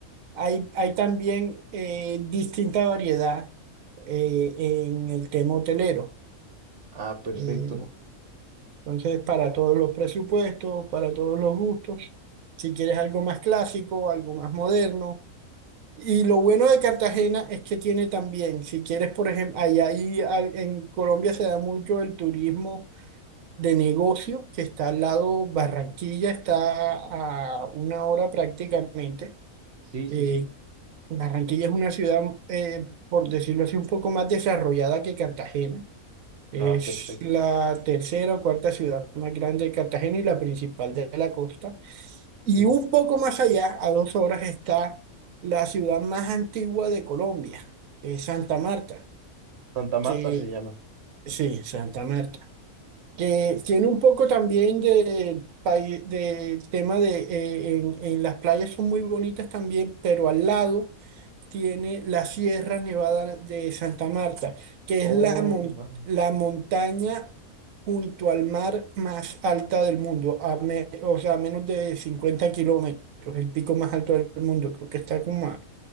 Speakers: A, on the right (about 70°); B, on the right (about 50°).
A: hay, hay también eh, distinta variedad eh, en el tema hotelero.
B: Ah, perfecto.
A: Eh, Entonces, para todos los presupuestos, para todos los gustos, si quieres algo más clásico, algo más moderno. Y lo bueno de Cartagena es que tiene también, si quieres, por ejemplo, allá ahí al- en Colombia se da mucho el turismo de negocio, que está al lado, Barranquilla está a una hora prácticamente.
B: Sí, sí,
A: Eh,
B: sí.
A: Barranquilla es una ciudad, eh, por decirlo así, un poco más desarrollada que Cartagena. Es
B: Ah, perfecto.
A: la tercera o cuarta ciudad más grande de Cartagena y la principal de la costa. Y
B: Sí.
A: un poco más allá, a dos horas, está la ciudad más antigua de Colombia, que es Santa Marta,
B: Santa Marta
A: que
B: se llama.
A: sí, Santa Marta, que tiene un poco también de, pai- de tema de, eh, en, en las playas son muy bonitas también, pero al lado tiene la Sierra Nevada de Santa Marta, que
B: Oh,
A: es la, mon-
B: wow.
A: la montaña junto al mar más alta del mundo, a me- o sea, a menos de 50 kilómetros, el pico más alto del mundo, creo que está como a,